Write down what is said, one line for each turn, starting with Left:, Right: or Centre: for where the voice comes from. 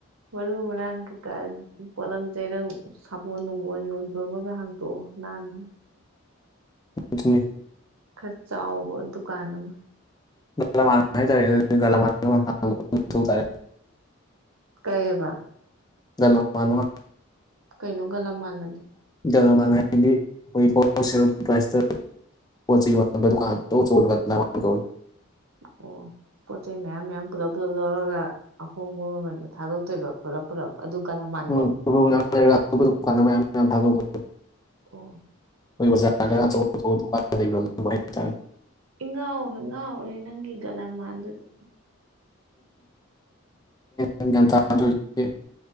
Right: ꯃꯔꯨ ꯃꯔꯥꯡ ꯀꯩꯀꯥ ꯄꯣꯠꯂꯝ ꯆꯩꯔꯝ ꯁꯥꯄꯣꯟ ꯅꯨꯡꯕꯣꯟ ꯌꯣꯟꯕꯃꯒ ꯍꯥꯡꯗꯣꯛꯑꯣ ꯅꯥꯜꯅ
Left: ꯑꯗꯨꯅꯦ
Right: ꯈꯔ ꯆꯥꯎꯕ ꯗꯨꯀꯥꯟ ꯑꯃ
Left: <inaudible>
Right: ꯀꯩꯌꯦꯕ
Left: <inaudible>
Right: ꯀꯩꯅꯣꯒ ꯃꯥꯅꯗꯦ
Left: <inaudible> <inaudible>
Right: ꯑꯣ ꯄꯣꯠ ꯆꯩ ꯃꯌꯥꯝ ꯃꯌꯥꯝ ꯄꯨꯂꯞ ꯄꯨꯂꯞ ꯂꯧꯔꯒ ꯑꯍꯣꯡꯕ ꯃꯥꯃꯟꯗ ꯊꯥꯗꯣꯛꯇꯣꯏꯕ ꯄꯨꯂꯞ ꯄꯨꯂꯞ ꯑꯗꯨ ꯒꯂꯟ <inaudible>
Left: <inaudible>
Right: ꯑꯣ
Left: ꯑꯩꯈꯣꯏ <inaudible>
Right: ꯄꯦꯝꯃ ꯏꯉꯥꯎꯗ ꯉꯥꯎꯔꯦ ꯅꯪꯒꯤ ꯒꯂ ꯃꯥꯟꯗꯨꯗ
Left: ꯎꯝ ꯒ꯭ꯌꯥꯟ ꯇꯥꯗꯣꯏꯒꯦ <inaudible>